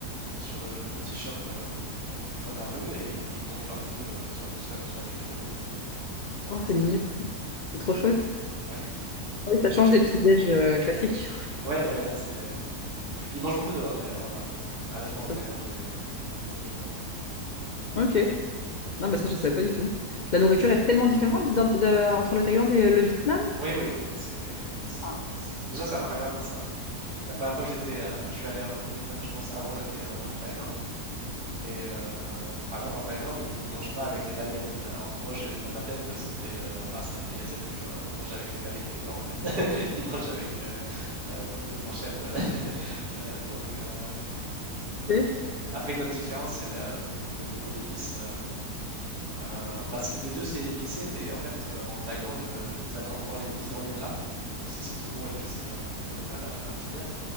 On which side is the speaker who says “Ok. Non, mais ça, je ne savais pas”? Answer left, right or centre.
Left